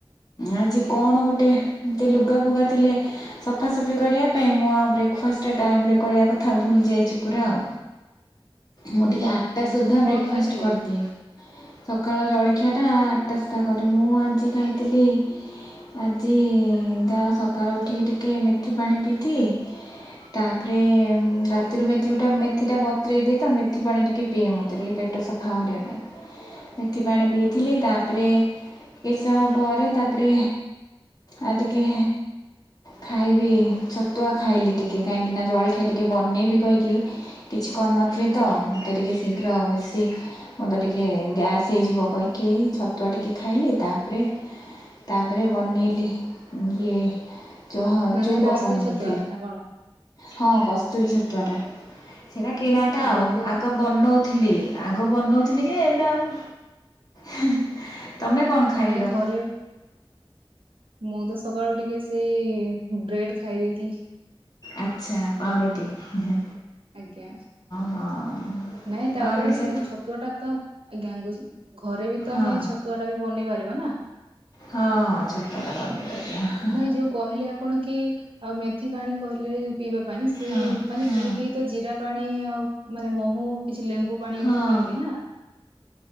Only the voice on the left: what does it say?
ଆଜି
କଣ ଗୋଟେ ଏମିତି ଲୁଗା ଫୁଗା ଥିଲେ ସଫାସଫି କରିବା ପାଇଁ ମୁଁ ଆଉ ବ୍ରେକ୍ଫାଷ୍ଟଟା ଟାଇମରେ କରିବା କଥା ଭୁଲି ଯାଇଚି ପୁରା ଆଉ। ମୁଁ ଟିକିଏ ଆଠଟା
ସୁଦ୍ଧା
ବ୍ରେକ୍ଫାଷ୍ଟ
କରିଦିଏ। ସକାଳ ଜଳଖିଆଟା ଆଠଟାଶଟା କରେ ମୁଁ ଆଜି ଖାଇଥିଲି ଆଜି ତା ସକାଳ ଉଠିକି ଟିକେ ମେଥି ପାଣି ପିଇଥିଲି। ତାପରେ ରାତିରୁ ମେଥିରୁ ଟା ମେଥି ଟା ବତ୍ରେଇ ଦିଏ ତ ମେଥି ପାଣି ଟିକେ ପିଏ ମୋତେ ଟିକେ ପେ ଟ ସଫା କରିବାପାଇଁ ମେଥି ପାଣି ପିଇଥିଲ ତାପରେ
କିଛି ସମୟ ପରେ ତାପରେ ଆଉ ଟିକେ ଖାଇବି ଛ ତୁଆ ଖାଇଲି ଟିକେ କାହିଁକି ନା ଜଳଖିଆ ଟିକେ ବନେଇବି କହିକି କିଛି କରିନଥିଲି ତ
ମୋତେ ଟିକେ ଶିଖ ଶୀଘ୍ର ବେଶୀ ମୋତେ ଟିକେ ଗ୍ୟାସ୍ ହେଇଯିବ କହିକି ଛତୁଆ ଟିକେ ଖାଇଲି ତାପରେ ତାପରେ ବନେଇଲି ଇଏ ଯୋଉ ହଁ
ଚୁଡ଼ା
ବନେଇଲି।
ହଁ କସ୍ତୁରୀ ଛତୁଆ ଟା ସେଇଟା କିଣାଟା
ଆଉ
ଆଗୁଆ ବନୋଉ ଥିଲ। ଆଗ ବନଉଥିଲି ଯେ ଏବେ ଆଉ ହେ ହେ ତମେ କଣ ଖାଇଲ?
ଆଛା ପାଁରୁଟି ହଁ
ହଁ।
ପାଉଁରୁଟି ସହିତ
ହଁ
ହଁ ହଁ ଛତୁଆ ଟା ବନେଇ ପାରିବା।
ହଁ
ହଁ
ହଁ